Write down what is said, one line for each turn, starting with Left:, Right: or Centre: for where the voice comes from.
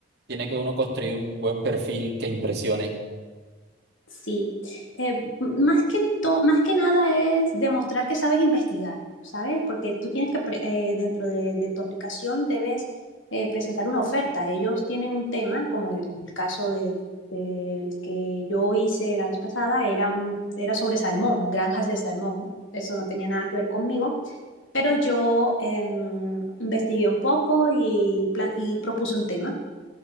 Right: Tiene que uno construir un buen perfil que impresione.
Left: Sí, Eh, más que to- más que nada es demostrar que sabes investigar, ¿sabes? Porque tú tienes que, pre- eh, dentro de, de tu aplicación, debes eh, presentar una oferta. Ellos tienen un tema, como el caso del, del que yo hice la vez pasada, era un, era sobre salmón, granjas de salmón. Eso no tenía nada que ver conmigo, pero yo em, investigué un poco y, plan- y propuse un tema.